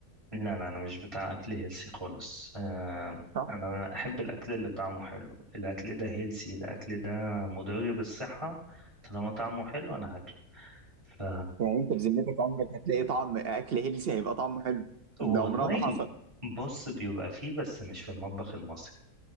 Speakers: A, on the right (about 20°); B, on the right (about 60°).
A: لا لا انا مش بتاع اكل هيلسي خالص آه
B: صح
A: انا احب الاكل اللي طعمه حلو الاكل ده هيلسي الاكل ده مضر بالصحة طالما طعمه حلو انا هاكله ف
B: يعني انت بذمتك عمرك هتلاقي طعم اكل هيلسي هيبقى طعمه حلو
A: والله
B: ده عمرها ما حصل
A: بص بيبقى فيه بس مش في المطبخ المصري